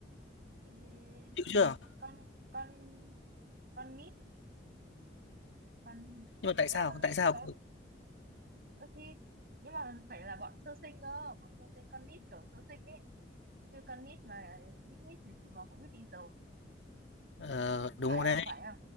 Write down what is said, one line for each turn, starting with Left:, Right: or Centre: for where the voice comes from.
Right: Ê,
Left: Hiểu chưa?
Right: con con con nít con
Left: Nhưng mà tại
Right: nhưng
Left: sao?
Right: mà con nít
Left: Tại sao?
Right: có ơ thì nhưng mà phải là bọn sơ sinh cơ bọn sơ sinh con nít kiểu sơ sinh ấy chứ con nít mà lít nhít thì chúng nó cũng biết đi rồi
Left: Ờ,
Right: Ừ,
Left: đúng
Right: phải
Left: rồi đấy.
Right: không phải không